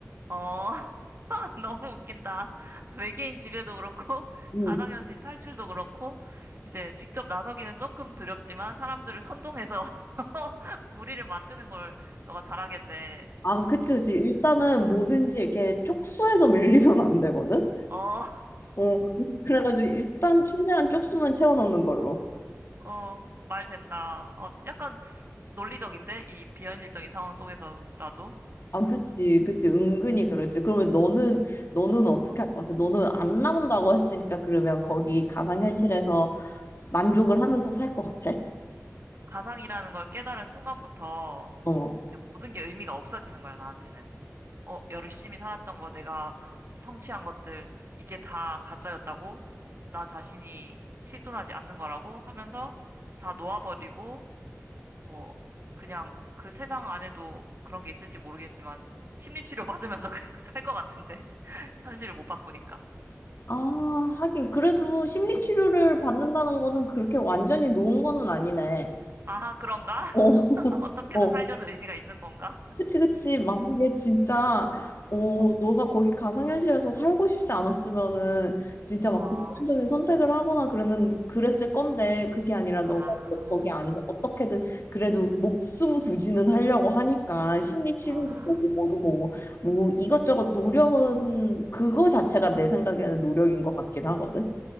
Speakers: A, on the right (about 45°); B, on the left (about 50°).
A: 어, <laughs> 너무 웃긴다. 외계인 지배도 그렇고, <laughs>
B: 음.
A: 가상현실 탈출도 그렇고, 이제 직접 나서기는 조금 두렵지만, 사람들을 선동해서 <laughs> 무리를 만드는 걸 너가 잘하겠네.
B: 아, 그치, 그치. 일단은 뭐든지 이렇게 쪽수에서 밀리면 안 되거든?
A: 어,
B: 어, 그래가지고 일단 최대한 쪽수는 채워 넣는 걸로.
A: <laughs> 어, 말 된다. 어, 약간 논리적인데? 이 비현실적인 상황 속에서라도?
B: 아, 그치, 그치. 은근히 그렇지. 그러면 너는, 너는 어떻게
A: 어,
B: 할 것 같아? 너는 안 남는다고 했으니까 그러면 거기 가상현실에서 만족을
A: 어.
B: 하면서 살 것 같아?
A: 가상이라는 걸 깨달은 순간부터,
B: 어.
A: 이제 모든 게 의미가 없어지는 거야, 나한테는. 어, 열심히 살았던 거, 내가 성취한 것들, 이게 다 가짜였다고, 나 자신이 실존하지 않는 거라고 하면서 다 놓아버리고, 뭐, 그냥 그 세상 안에도 그런 게 있을지 모르겠지만, 심리치료 받으면서 <laughs> 그냥 살 것 같은데. <laughs> 현실을 못 바꾸니까.
B: 아, 하긴. 그래도 심리치료를 받는다는 거는 그렇게 완전히 놓은 거는 아니네.
A: 아, 그런가?
B: 어, <laughs>
A: <laughs> 어떻게든
B: 어.
A: 살려는 의지가 있는 건가?
B: 그치, 그치. 만약에 진짜, 어,
A: 어,
B: 너가 거기 가상현실에서 살고 싶지 않았으면은, 진짜 막
A: 어,
B: 극단적인 선택을 하거나 그랬는, 그랬을 건데, 그게 아니라
A: 아,
B: 너가 이제 거기 안에서 어떻게든 그래도 목숨 부지는 하려고 하니까, 심리 치료도
A: 아.
B: 보고, 뭐도 보고, 뭐 이것저것 노력은, 그거 자체가 내 생각에는 노력인 것 같긴 하거든.